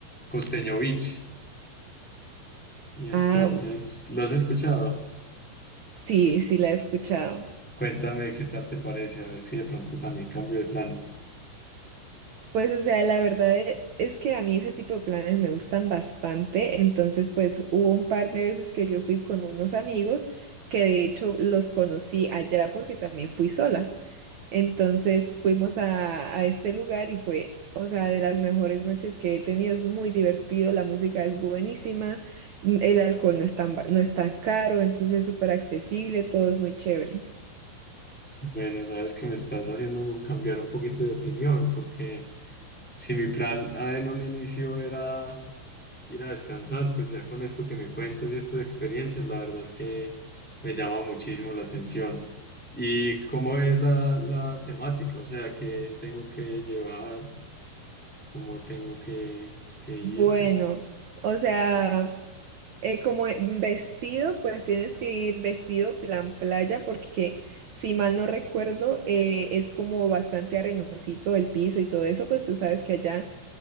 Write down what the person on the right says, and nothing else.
Ah,
sí, sí la he escuchado.
Pues, o sea, la verdad e- es que a mí ese tipo de planes me gustan bastante. Entonces, pues hubo un par de veces que yo fui con unos amigos que de hecho los conocí allá porque también fui sola. Entonces fuimos a, a este lugar y fue, o sea, de las mejores noches que he tenido. Es muy divertido, la música es buenísima, n- el alcohol no es tan, ba- no es tan caro, entonces es súper accesible, todo es muy chévere.
Bueno.
O sea, eh, como e- vestido, pues tienes que ir vestido plan playa, porque si mal no recuerdo, eh, es como bastante arenosito el piso y todo eso, pues tú sabes que allá